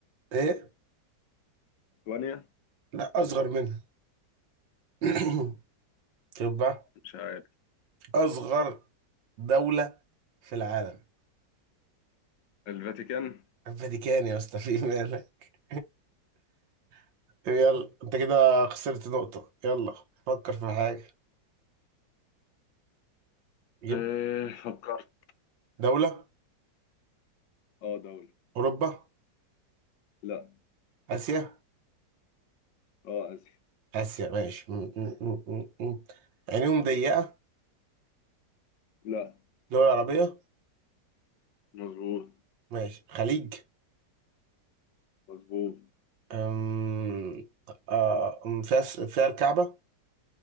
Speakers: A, on the right; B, on the left.
A: إيه؟
B: ليتوانيا
A: لا أصغر منها <coughs> <clears throat> شوف بقى
B: مش عارف
A: أصغر دولة في العالم
B: الفاتيكان
A: الفاتيكان يا اسطى في مالك <laughs> طب يلا أنت كده خسرت نقطة يلا فكر في حاجة جيب
B: إيه فكرت
A: دولة
B: اه دولة
A: أوروبا
B: لا
A: آسيا
B: اه آسيا
A: آسيا ماشي م- م- م- م- م. عينيهم ضيقة
B: لا
A: دول عربية
B: مظبوط
A: ماشي خليج
B: مظبوط
A: أم... آه، أم... فيها س- فيها الكعبة